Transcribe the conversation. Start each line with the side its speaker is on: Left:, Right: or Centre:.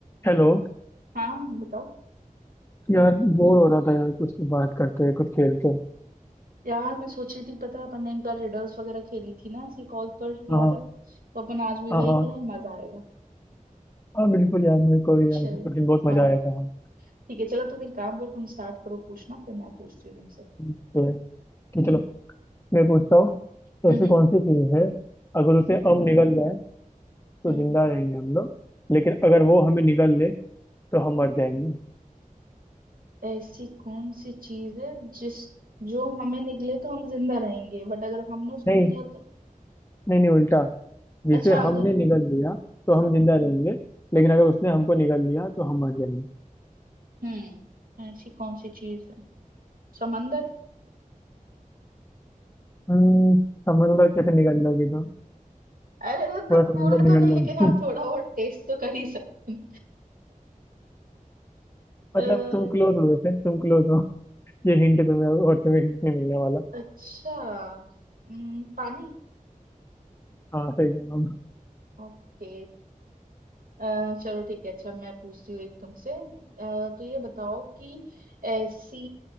Left: हेलो
Right: हाँ बताओ
Left: यार बोर हो रहा था यार कुछ बात करते हैं कुछ खेलते हैं
Right: यार मैं सोच रही थी पता है अपन ने एक बार रिडल्स वगैरह खेली थी ना इसी कॉल पर
Left: हाँ
Right: याद है तो अपन आज भी
Left: हाँ
Right: वही
Left: हाँ
Right: करें मजा आएगा
Left: हाँ बिल्कुल यार मेरे को भी
Right: चलो
Left: यार उस दिन बहुत मजा
Right: हाँ
Left: आया था हाँ
Right: ठीक है चलो तुम एक काम करो तुम स्टार्ट करो पूछना फिर मैं पूछती हूँ तुमसे
Left: तो कि चलो मैं पूछता हूँ
Right: हम्म
Left: तो ऐसी
Right: हम्म
Left: कौन सी चीज़ है अगर उसे अब निगल जाए तो
Right: हम्म।
Left: जिंदा रहेंगे हम लोग लेकिन अगर वो हमें निगल ले तो हम मर जाएंगे
Right: ऐसी कौन सी चीज है जिस जो हमें निकले तो हम जिंदा रहेंगे बट अगर हमने उसको
Left: नहीं
Right: निकला तो
Left: नहीं नहीं उल्टा जिसे
Right: अच्छा अगर
Left: हमने निगल लिया तो हम जिंदा रहेंगे लेकिन अगर उसने हमको निगल लिया तो हम मर जाएंगे
Right: हम्म ऐसी कौन सी चीज है समंदर
Left: हम्म, समझ लो कैसे निगल लोगी तो
Right: अरे मतलब
Left: थोड़ा
Right: पूरा
Left: समझ लो निगल
Right: तो नहीं
Left: लोगी
Right: लेकिन हाँ थोड़ा बहुत टेस्ट तो कर ही सकते हैं। <laughs>
Left: मतलब तुम क्लोज हो वैसे तुम क्लोज हो ये हिंट तुम्हें और तुम्हें हिंट नहीं मिलने वाला
Right: अच्छा हम्म, पानी
Left: हाँ सही जवाब
Right: ओके अ, चलो ठीक है अच्छा मैं पूछती हूँ एक तुमसे अ, तो ये बताओ कि ऐसी